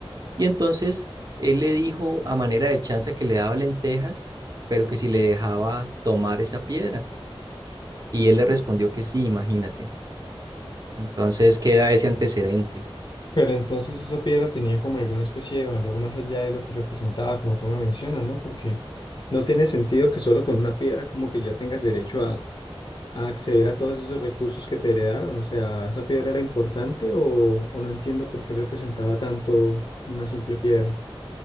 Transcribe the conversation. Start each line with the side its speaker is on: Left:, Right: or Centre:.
Right: Y entonces él le dijo a manera de chanza que le daba lentejas, pero que si le dejaba tomar esa piedra. Y él le respondió que sí, imagínate. Entonces queda ese antecedente.
Left: Pero entonces esa piedra tenía como alguna especie de valor más allá de lo que representaba, como tú me mencionas, ¿no? Porque no tiene sentido que solo con una piedra como que ya tengas derecho a, a acceder a todos esos recursos que te heredaron. O sea, ¿esa piedra era importante o, o no entiendo por qué representaba tanto una simple piedra?